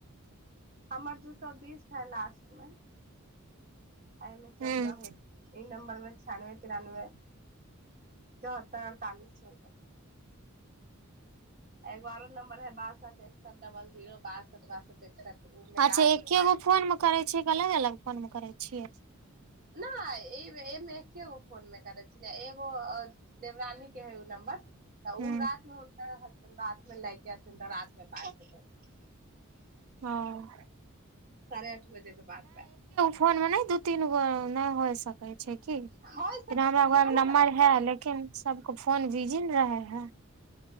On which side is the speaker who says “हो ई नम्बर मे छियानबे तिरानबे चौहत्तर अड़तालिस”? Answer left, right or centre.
Right